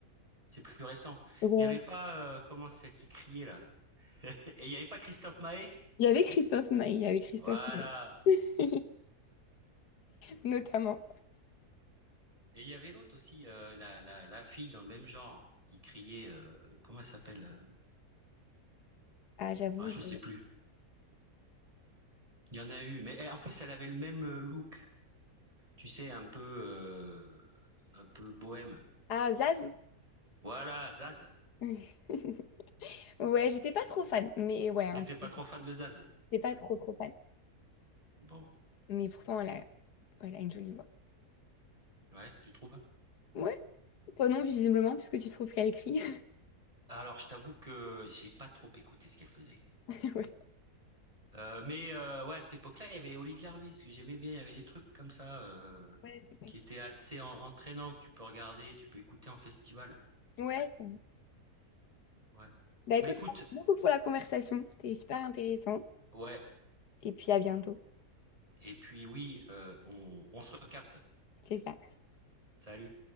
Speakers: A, on the right; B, on the left.
A: c'est plus récent.
B: Ouais.
A: Il y avait pas, euh, comment, celle qui criait là? Et il n'y avait pas Christophe Maé?
B: Il y avait Christophe Maé, il y avait Christophe
A: Voilà.
B: Maé, <laughs> notamment.
A: Et il y avait l'autre aussi, euh, la, la, la fille dans le même genre, qui criait, euh, comment elle s'appelle? euh,
B: Ah, j'avoue,
A: Ah, je
B: je...
A: sais plus. Il y en a eu, mais elle- en plus, elle avait le même euh, look, tu sais, un peu, euh, un peu bohème.
B: Ah, Zaz?
A: Voilà, Zaz.
B: <laughs> Ouais, j'étais pas trop fan, mais ouais, un
A: T'étais
B: peu.
A: pas trop fan de Zaz?
B: J'étais pas trop trop fan.
A: Bon,
B: Mais pourtant, elle a, elle a une jolie voix.
A: ouais, tu trouves?
B: Ouais, toi non, visiblement, puisque tu trouves qu'elle crie.
A: Alors, je t'avoue que j'ai pas trop écouté ce qu'elle faisait.
B: <laughs> Ouais.
A: Euh, mais euh, ouais, à cette époque-là, il y avait Olivia Ruiz que j'aimais bien. Il y avait des trucs comme ça euh,
B: Ouais, c'est vrai.
A: qui étaient assez en- entraînants que tu peux regarder, tu peux écouter en festival.
B: Ouais, c'est vrai.
A: Ouais.
B: Bah écoute,
A: Bah écoute,
B: merci beaucoup pour la conversation. C'était super intéressant.
A: ouais.
B: Et puis à bientôt.
A: Et puis oui, euh, on, on se recapte.
B: C'est ça.
A: Salut.